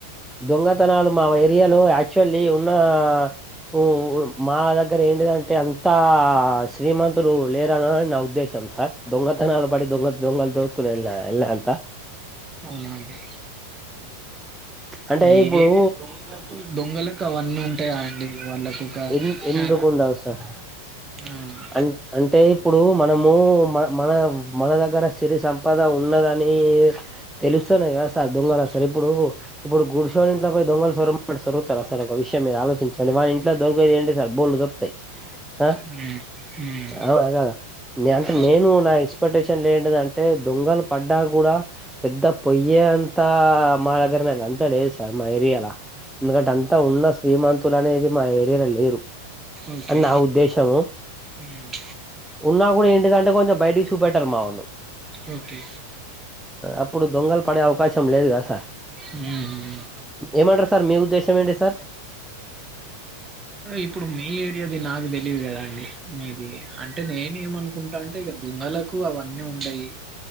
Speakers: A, in the centre; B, on the right (about 20°).
A: దొంగతనాలు మా ఏరియాలో యాక్చువల్లీ ఉన్న ఓ మా దగ్గర ఏంటిదంటే అంతా శ్రీమంతులు లేరరని నా ఉద్దేశం సార్ దొంగతనాలు పడి దొంగ దొంగలు దోసుకుని ఎలే ఎల్లే అంత
B: అవునండి
A: అంటే
B: ఏ
A: ఇప్పుడు
B: దొంగలకు దొంగల కు అవన్నీ ఉంటాయాండి వాళ్ళకు ఒక
A: ఎం ఎందుకుండలా
B: ఆ
A: సార్
B: ఆ
A: అన్ అంటే ఇప్పుడు మనము మన మన మన దగ్గర సిరి సం పద ఉన్నదని తెలిస్తేనే కదా సార్ దొంగల సార్ ఇప్పుడు ఇప్పుడు గుడిషోని ఇంట్లో పోయి దొంగలు సోరుమ్ అంటే సొరుతారా సార్ ఒక విషయం మీరు ఆలోచించండి వానిం ట్లా దొరికేది ఏంటి సార్ బోల్డ్ దొరుకుతాయి ఆ
B: మ్మ్ మ్మ్
A: అవునా కాదా నే అంటే
B: ఓకే
A: నేను నా ఎక్స్పెక్టేషన్‌లో ఏంటిదంటే దొంగలు పడ్డా కూడా పెద్ద పొయ్యే అంతా మా దగ్గరన్నే అంతలేదు సార్ మా ఏరియాల ఎందుకంటే అంతా ఉన్న శ్రీమంతులు అనేది మా ఏరియాలో లేరు
B: ఓకే
A: అని నా ఉద్దేశము
B: మ్మ్
A: ఉన్నా కూడా ఏంటిదంటే కొంచెం బయటకి చూపెట్టారు మా వొళ్ళు
B: ఓకే
A: అప్పుడు దొంగలు పడే అవకాశం లేదు కదా సార్
B: ఉమ్మ్
A: ఏమంటారు సార్ మీ ఉద్దేశం ఏంటి సార్
B: ఇప్పుడు మీ ఏరియాది నాకు తెలీయదు కదా అండి మీది అంటే నేను ఏమనుకుంటా అంటే ఇగ దొంగల కు అవన్నీ ఉండయి